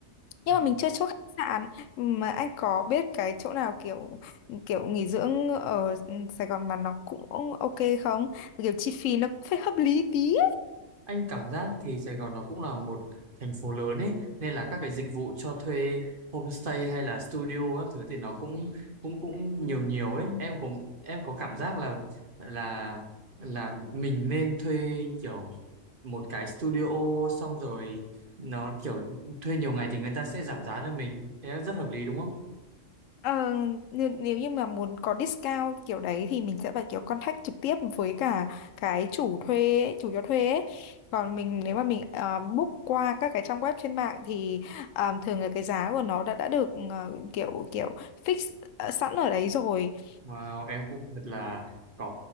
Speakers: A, on the left (about 80°); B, on the right (about 45°).
A: Nhưng
B: Ờ,
A: mà mình chưa chốt khách sạn mà anh có biết cái chỗ nào kiểu kiểu nghỉ dưỡng ở ừ, Sài Gòn mà nó cũng ok không? Kiểu chi phí nó phải hợp lý tí.
B: Anh cảm giác thì Sài Gòn nó cũng là một thành phố lớn ấy nên là các cái dịch vụ cho thuê homestay hay là studio các thứ thì nó cũng cũng cũng nhiều nhiều ấy em cũng em có cảm giác là là là mình nên thuê kiểu một cái studio xong rồi nó kiểu thuê nhiều ngày thì người ta sẽ giảm giá cho mình thế là rất hợp lý đúng không?
A: Ờ, nếu, nếu như mà muốn có discount kiểu đấy thì mình sẽ phải kiểu contact trực tiếp với cả cái chủ thuê ấy, chủ cho thuê ấy. Còn mình nếu mà mình ờ, book qua các cái trang web trên mạng thì ờ, thường là cái giá của nó đã đã được ờ, kiểu kiểu fix ờ, sẵn ở đấy rồi. Ờ,
B: Wow em cũng thật là có